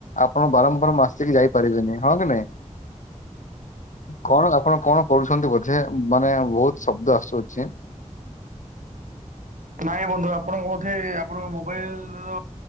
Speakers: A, on the left; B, on the right.
A: ଆପଣ ବାରମ୍ବାର ମାସିକି ଯାଇପାରିବେନି ହଁ କି ନାଇଁ? କଣ ଆପଣ କଣ କରୁଛନ୍ତି ବୋଝେ ମାନେ ବୋହୁତୁ ଶବ୍ଦ ଆସୁଛି।
B: ନାଇଁ ବନ୍ଧୁ ଆପଣଙ୍କ ବୋଧେ ଆପଣଙ୍କ ମୋବାଇଲର